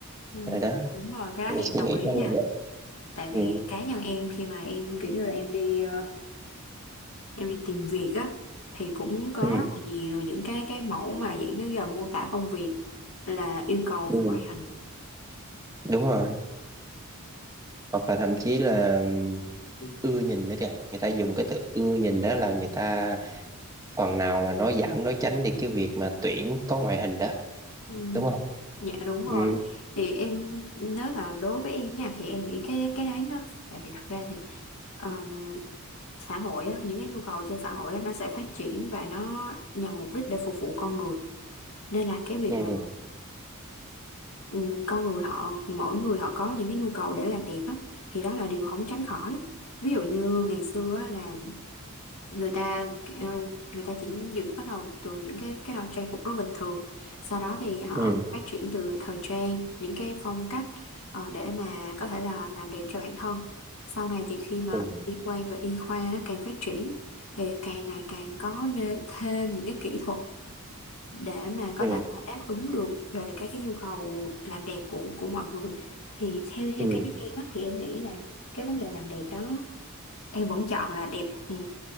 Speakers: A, on the left; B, on the right.
A: ừ
B: rồi đó
A: đúng rồi cái đó
B: thì
A: thì em
B: suy
A: đồng
B: nghĩ
A: ý
B: của anh
A: nha
B: là vậy
A: tại vì
B: ừ,
A: cá nhân em khi mà em kiểu như là em đi ờ, em đi tìm việc á thì cũng có
B: ừ,
A: rất là nhiều những cái cái mẫu mà dạng như là mô tả công việc là yêu cầu
B: ừ.
A: về ngoại hình
B: đúng rồi hoặc là thậm chí là ừm,
A: ừ
B: ưa nhìn nữa kìa người ta dùng cái từ ưa nhìn đó là người ta phần nào là nói giảm nói tránh đi cái việc mà tuyển có ngoại hình đó
A: ừ.
B: đúng không
A: Dạ đúng rồi
B: ừ,
A: thì em nếu mà đối với em nha thì em nghĩ cái cái đấy nó tại vì thật ra thì ờm, xã hội á, những cái nhu cầu trên xã hội á, nó sẽ phát triển và nó nhằm mục đích để phục vụ con người nên là cái việc
B: ừ,
A: mà ừm, con người họ mỗi người họ có những cái nhu cầu để làm đẹp á, thì đó là điều không tránh khỏi ví dụ như ngày xưa á, là người ta ờ, người ta chỉ dự bắt đầu từ những cái cái đồ trang phục rất bình thường sau đó thì họ
B: ừ,
A: phát triển từ thời trang những cái phong cách ờ, để mà có thể là làm đẹp cho bản thân sau này thì khi mà
B: ừ,
A: liên quan về y khoa nó càng phát triển thì càng ngày càng có nê- thêm những cái kỹ thuật để mà có
B: ừ,
A: thể đáp ứng được về các cái nhu cầu làm đẹp của của mọi người thì theo theo
B: ừ.
A: cá nhân em á, thì em nghĩ là cái vấn đề làm đẹp đó em vẫn chọn là đẹp ừm,